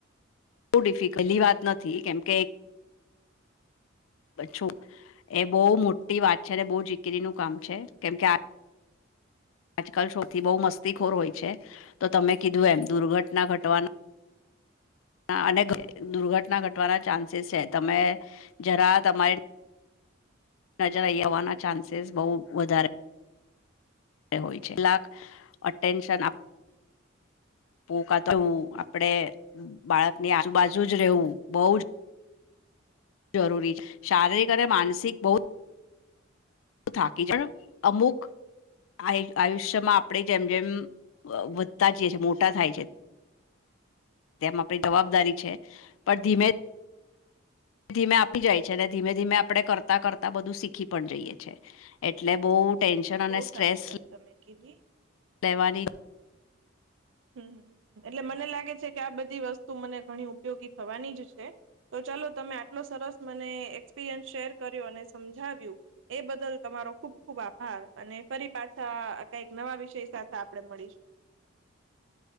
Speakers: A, on the left; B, on the right.
A: બવ ડિફિકલી વાત નથી કેમકે કછુ એ બહુ મોટી વાત છે અને બહુ ચીકરીનું કામ છે કેમ કે આ આજકાલ શોથી બહુ મસ્તીખોર હોય છે તો તમે કીધું એમ દુર્ઘટના ઘટવાના અને દુર્ઘટના ઘટવાના ચાન્સીસ છે. તમે જરા તમારી નજરઈ આવવાના ચાન્સીસ બહુ વધારે રે હોય છે. લાક અટેન્શન આપ પૂકાતવું આપડે બાળકની આજુબાજુ જ રહેવું બઉ જ જરૂરી છે. શારીરિક અને માનસિક બહુ થાકી જવા. અમુક આ આયુષ્યમાં આપણે જેમ જેમ વધતા જઈ છ, મોટા થાય છે. તેમ આપણી જવાબદારી છે. પણ ધીમે ધીમે આપી જાય છે અને ધીમે ધીમે આપડે કરતા કરતા બધું શીખી પણ જઈએ છેએ. એટલે બહુ ટેન્શન અને
B: બહુ
A: સ્ટ્રેસ
B: સાચી વાત તમે કીધી
A: લેવાની
B: હમ્મ, એટલે મને લાગે છે કે આ બધી વસ્તુ મને ઘણી ઉપયોગી થવાની જ છે. તો ચાલો તમે આટલો સરસ મને એક્સપિરિયન્સ શેર કર્યો અને સમજાવ્યું. એ બદલ તમારો ખુબ ખુબ આભાર અને ફરી પાછા કઈક નવા વિષય સાથે આપડે મળીશું.